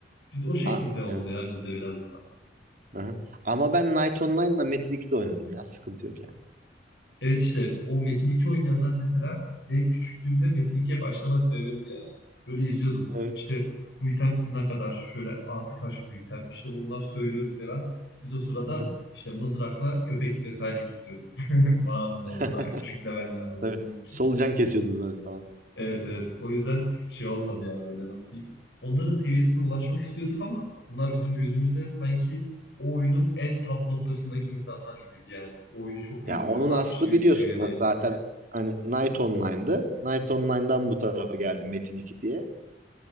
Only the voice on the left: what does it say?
Biz o şekilde
oldu
ya bizde biraz daha.
Evet işte o Metin 2 oynayanlar mesela benim küçüklüğümde Metin 2'ye başlama sebebimdi ya. Böyle izliyordum.
İşte bu item ne kadar? Şöyle artı kaç bu item? İşte onlar söylüyordu falan. Biz o sırada
işte mızrakla köpek vesaire kesiyorduk. <laughs> Mağaranın orada
daha küçük levellerde olduğumuz
için.
Evet
evet. O yüzden şey olmadı ya böyle nasıl diyeyim. Onların seviyesine ulaşmak istiyorduk ama onlar bizim gözümüzde sanki o oyunun en top noktasındaki insanlar gibiydi yani. O oyunu çok
iyi oynuyorlarmış
gibi
bir seviyedeydi.